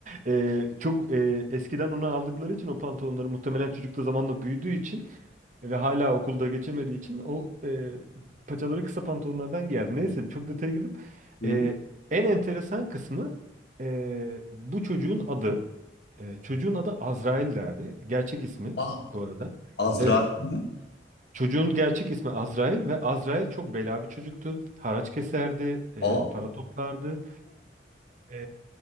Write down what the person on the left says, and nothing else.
Hı.
Ah,
Azrail
mi?
Ah.